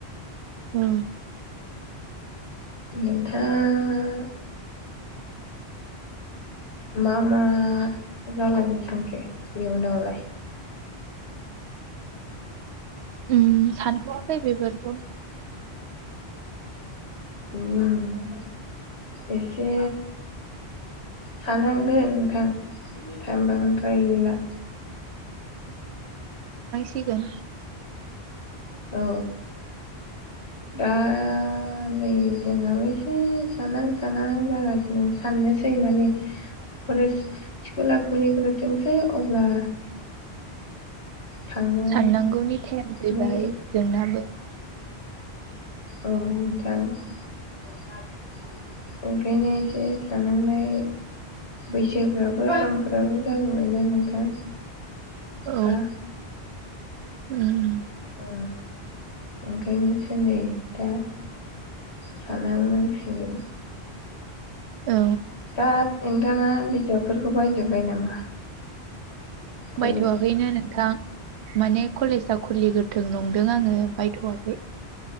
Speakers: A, on the right (about 80°); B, on the left (about 80°).
A: औ
B: नोंथां मा मा जलाय नो सानखो इउनावलाय
A: उम सानथ'वाखै बिफोरखौ
B: ओम एसे सानहांगोन नोंथां टाइम बांद्राय गैला
A: फैगोन
B: औ दा नै जोंनाव एसे सानहां सानहां जागासिनो साननोसै माने कलेज स्कुला खुलिग्रोथोंसै अब्ला थांनो
A: साननांगौनि टाइम फैबाय
B: नै
A: जोंनाबो
B: औ नोंथां ओंखायनो एसे थानांनाय बैसोफ्राबो समफ्राबो जाबोबायना नोंथां
A: औ
B: दा
A: उम
B: ओ ओखायनोनोसै दा सलदसिल
A: औ
B: दा नोंथाङा बिजाबफोरखौ बायजोब्बाय नामा कलेज
A: बायथ'वाखैनो नोंथां माने कलेजआ खुलिग्रोथों नंदों आङो बायथ'वाखै